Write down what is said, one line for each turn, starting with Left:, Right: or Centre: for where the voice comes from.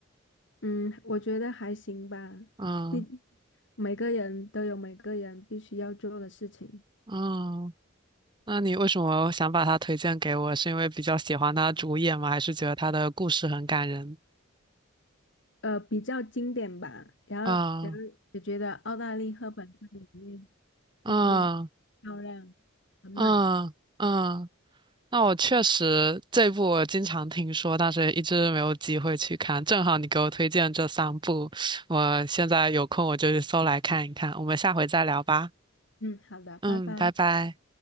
Left: 嗯，我觉得还行吧，
Right: 嗯
Left: 毕竟每个人都有每个人必须要做的事情，
Right: 嗯，那你为什么想把它推荐给我？是因为比较喜欢他主演吗？还是觉得他的故事很感人？
Left: 呃，比较经典吧。然后，
Right: 嗯
Left: 然后也觉得澳大利赫本在里面
Right: 嗯
Left: 就是漂亮，很美。
Right: 嗯嗯那我确实这部我经常听说，但是一直没有机会去看。正好你给我推荐这三部，我现在有空我就去搜来看一看。我们下回再聊吧。
Left: 嗯，好的，拜拜。
Right: 嗯，拜拜。